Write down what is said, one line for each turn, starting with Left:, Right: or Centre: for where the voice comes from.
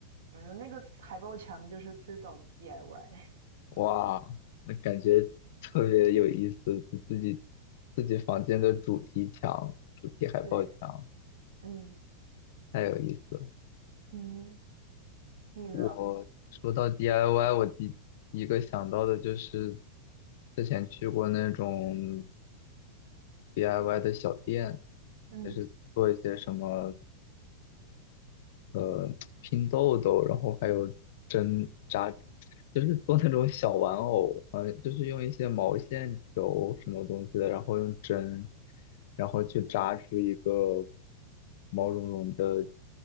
Right: 反正那个海报墙就是最早的 DIY。
Left: 哇，那感觉特别有意思，就自己自己房间的主题墙、主题海报墙，
Right: 对，嗯
Left: 太有意思了。
Right: 嗯，你呢？
Left: 我说到 DIY，我第一个想到的就是之前去过那种 DIY 的小店，
Right: 嗯，
Left: 就是做一些什么呃拼豆豆，然后还有针扎，就是做那种小玩偶，呃，就是用一些毛线球什么东西的，然后用针，然后去扎出一个毛茸茸的